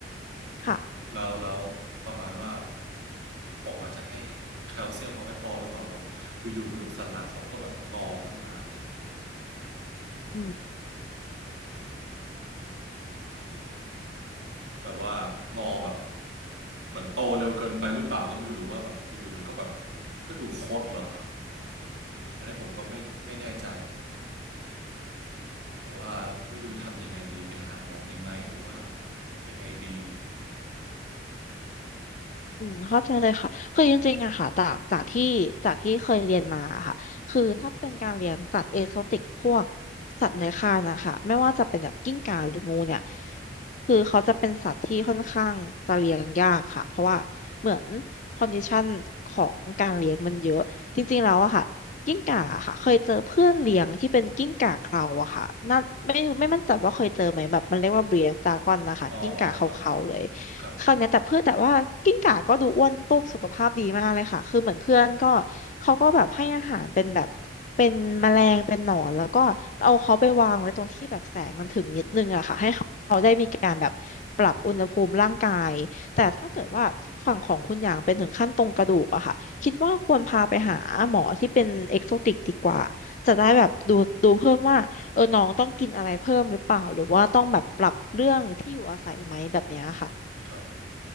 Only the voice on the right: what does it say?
แล้วแล้ประมาณว่าผมอาจจะให้แคลเซียมเขาไม่พอหรือเปล่าแบบอยู่ๆกระดูกสันหลังเขาก็แบบงอขึ้นมาอะไรอย่างเงี้ย
แบบว่างอแบบเหมือนโตเร็วเกินไปหรือเปล่าก็ไม่รู้หรือว่าแบบอยู่ๆมันก็แบบกระดูกคดเหรออันนี้ผมก็ไม่ไม่แน่ใจแบบว่าไม่รู้ทำยังไงดีไปหาหมอดีไหมหรือว่ายังไงดี
อ๋ออ๋อครับครับ
ครับ